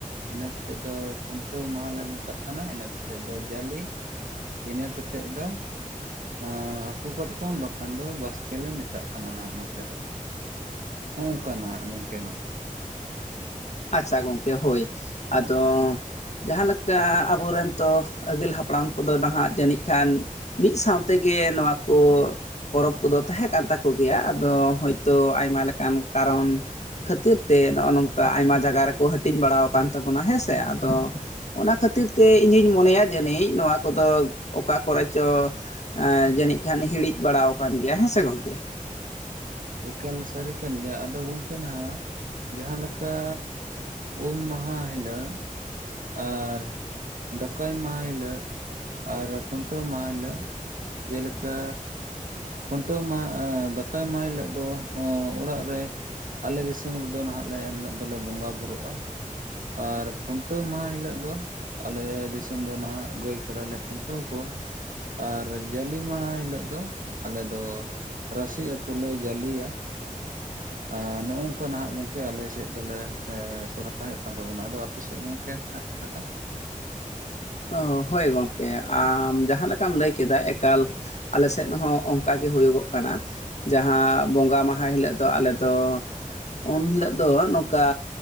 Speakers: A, on the right (about 70°); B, on the left (about 55°).
A: ᱤᱱᱟᱹ ᱠᱟᱛᱮᱫ ᱫᱚ ᱠᱷᱩᱱᱴᱟᱹᱣ ᱢᱟᱦᱟᱞᱮ ᱢᱮᱛᱟᱜ ᱠᱟᱱᱟ, ᱤᱱᱟᱹ ᱠᱟᱛᱮᱫ ᱫᱚ ᱡᱟᱞᱮ, ᱤᱱᱟᱹ ᱠᱟᱛᱮᱫ ᱫᱚ ᱟᱸᱻ ᱦᱟᱹᱠᱩ ᱠᱟᱴᱠᱚᱢ ᱵᱟᱠᱷᱟᱱ ᱫᱚ ᱵᱟᱥᱠᱮ ᱞᱮ ᱢᱮᱛᱟᱜ ᱠᱟᱱᱟ ᱱᱟᱦᱟᱜ ᱱᱚᱛᱮ ᱫᱚ᱾ ᱦᱚᱸᱜ ᱚᱝᱠᱟᱱᱟᱜ ᱜᱚᱝᱠᱮ ᱱᱚᱛᱮ᱾
B: ᱟᱪᱪᱷᱟ ᱜᱚᱝᱠᱮ ᱦᱳᱭ ᱟᱫᱚ ᱡᱟᱦᱟᱸ ᱞᱮᱠᱟ ᱟᱵᱚ ᱨᱮᱱ ᱛᱚ ᱟᱹᱜᱤᱞ ᱦᱟᱯᱲᱟᱢ ᱠᱚᱫᱚ ᱱᱟᱦᱟᱜ ᱡᱟᱹᱱᱤᱡ ᱠᱷᱟᱱ ᱢᱤᱫ ᱥᱟᱶ ᱛᱮᱜᱮ ᱱᱚᱣᱟ ᱠᱚ ᱯᱚᱨᱚᱵᱽ ᱠᱚᱫᱚ ᱛᱟᱦᱮᱸ ᱠᱟᱱ ᱛᱟᱠᱚ ᱜᱮᱭᱟ ᱟᱫᱚ ᱦᱚᱭᱛᱳ ᱟᱭᱢᱟ ᱞᱮᱠᱟᱱ ᱠᱟᱨᱚᱱ ᱠᱷᱟᱹᱛᱤᱨ ᱛᱮ ᱱᱚᱜᱼᱚ ᱱᱚᱝᱠᱟ ᱟᱭᱢᱟ ᱡᱟᱭᱜᱟ ᱨᱮᱠᱚ ᱦᱟᱹᱴᱤᱧ ᱵᱟᱲᱟᱣ ᱠᱟᱱ ᱛᱟᱵᱚᱱᱟ ᱦᱮᱸ ᱥᱮ ᱟᱫᱚ ᱚᱱᱟ ᱠᱷᱟᱹᱛᱤᱨ ᱛᱮ ᱤᱧᱤᱧ ᱢᱚᱱᱮᱭᱟ ᱡᱟᱹᱱᱤᱡ ᱱᱚᱣᱟ ᱠᱚᱫᱚ ᱚᱠᱟ ᱠᱚᱨᱮ ᱪᱚ ᱮ ᱡᱟᱹᱱᱤᱡ ᱠᱷᱟᱱ ᱦᱤᱲᱤᱡ ᱵᱟᱲᱟᱣ ᱟᱠᱟᱱ ᱜᱮᱭᱟ ᱦᱮᱸ ᱥᱮ ᱜᱚᱝᱠᱮ᱾
A: ᱮᱠᱟᱞ ᱥᱟᱹᱨᱤ ᱠᱟᱱ ᱜᱮᱭᱟ ᱟᱫᱚ ᱜᱚᱝᱠᱮ ᱱᱟᱦᱟᱜ ᱡᱟᱦᱟᱸ ᱞᱮᱠᱟ ᱩᱢ ᱢᱟᱦᱟ ᱦᱤᱞᱟᱹᱜ ᱟᱨ ᱫᱟᱠᱟᱭ ᱢᱟᱦᱟ ᱦᱤᱞᱟᱹᱜ ᱠ, ᱟᱨ ᱠᱷᱩᱱᱴᱟᱹᱣ ᱢᱟᱦᱟ ᱦᱤᱞᱟᱹᱜ, ᱡᱮ ᱞᱮᱠᱟ ᱠᱷᱩᱱᱴᱟᱹᱣ ᱢᱟᱦᱟ ᱟᱸ ᱫᱟᱠᱟᱭ ᱢᱟᱦᱟ ᱦᱤᱞᱳᱜ ᱫᱚ ᱚᱲᱟᱜ ᱨᱮ ᱟᱞᱮ ᱫᱤᱥᱚᱢ ᱨᱮᱫᱚ ᱱᱟᱦᱟᱜ ᱞᱮ ᱮᱱ ᱦᱤᱞᱳᱜ ᱫᱚᱞᱮ ᱵᱚᱸᱜᱟ ᱵᱩᱨᱩᱜᱼᱟ᱾ ᱟᱨ ᱠᱷᱩᱱᱴᱟᱹᱣ ᱢᱟᱦᱟ ᱦᱤᱞᱳᱜ ᱫᱚ ᱟᱞᱮ ᱫᱤᱥᱚᱢ ᱫᱚ ᱱᱟᱦᱟᱜ ᱜᱟᱹᱭ ᱠᱟᱰᱟᱞᱮ ᱠᱷᱩᱱᱴᱟᱹᱣ ᱠᱚᱣᱟ, ᱟᱨ ᱡᱟᱞᱤ ᱢᱟᱦᱟ ᱦᱤᱞᱳᱜ ᱫᱚ ᱟᱞᱮ ᱫᱚ ᱨᱟᱥᱤ ᱟᱹᱛᱩ ᱞᱮ ᱡᱟᱞᱤᱭᱟ᱾ ᱮᱸ ᱱᱚᱜ-ᱚ ᱚᱝᱠᱟ ᱱᱟᱦᱟᱜ ᱜᱚᱝᱠᱮ ᱟᱞᱮ ᱥᱮᱫ ᱫᱚᱞᱮ ᱮᱸ ᱥᱚᱨᱦᱟᱭᱚᱜ ᱠᱟᱱ ᱛᱟᱵᱚᱱᱟ᱾ ᱟᱫᱚ ᱟᱯᱮ ᱥᱮᱫ ᱜᱚᱝᱠᱮ ᱦᱟᱜ ᱪᱮᱫ ᱞᱮᱠᱟ?
B: ᱚ ᱦᱳᱭ ᱜᱚᱢᱠᱮ ᱟᱢ ᱡᱟᱦᱟᱸ ᱞᱮᱠᱟᱢ ᱞᱟᱹᱭ ᱠᱮᱫᱟ, ᱮᱠᱟᱞ ᱟᱞᱮ ᱥᱮᱫ ᱦᱚᱸ ᱚᱱᱠᱟ ᱜᱮ ᱦᱩᱭᱩᱜᱚᱜ ᱠᱟᱱᱟ᱾ ᱡᱟᱦᱟᱸ ᱵᱚᱸᱜᱟ ᱢᱟᱦᱟ ᱦᱤᱞᱳᱜ ᱫᱚ ᱟᱞᱮ ᱫᱚ ᱩᱱ ᱦᱤᱞᱳᱜ ᱫᱚ ᱱᱚᱝᱠᱟ